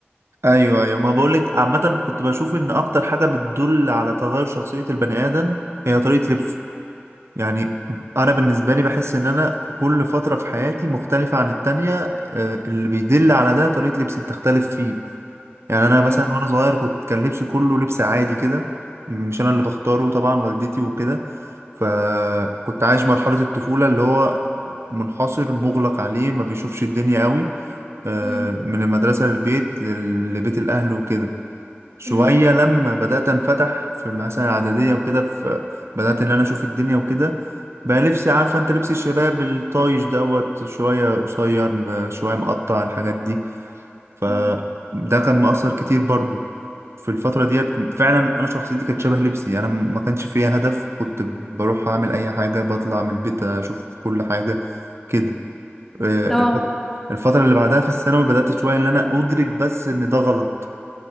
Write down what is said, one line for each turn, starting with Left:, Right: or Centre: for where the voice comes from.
Right: ايوه ايوه ما بقولك عامه كنت بشوف ان اكتر حاجه بتدل على تغير شخصيه البني ادم هي طريقه لبسه يعني انا بالنسبه لي بحس ان انا كل فتره في حياتي مختلفه عن التانية آه، اللي بيدل على ده طريقه لبسي بتختلف فيه يعني انا مثلا
Centre: مم.
Right: وانا صغير كنت كان لبسي كله لبس عادي كده مش انا اللي بختاره طبعا والدتي وكده فكنت عايش مرحله الطفوله اللي هو منحصر مغلق عليه ما بيشوفش الدنيا قوي آه،
Centre: مم.
Right: من المدرسه للبيت لل- لبيت الاهل وكده شوية
Centre: مم.
Right: لما بدأت أنفتح في مثلا إعدادية وكده في بدأت إن أنا أشوف الدنيا وكده بقى لبسي عارفة أنت لبس الشباب الطايش دوت شوية قصير ب- شوية مقطع الحاجات دي فده
Centre: مم.
Right: كان مؤثر كتير برضو في الفترة ديت كن- فعلا أنا شخصيتي كانت شبه لبسي أنا م- ما كانش فيها هدف كنت بروح أعمل أي حاجة بطلع من البيت أشوف كل حاجة كده آه،
Centre: اه
Right: الفترة الفترة اللي بعدها في الثانوي بدأت شوية إن أنا أدرك بس إن ده غلط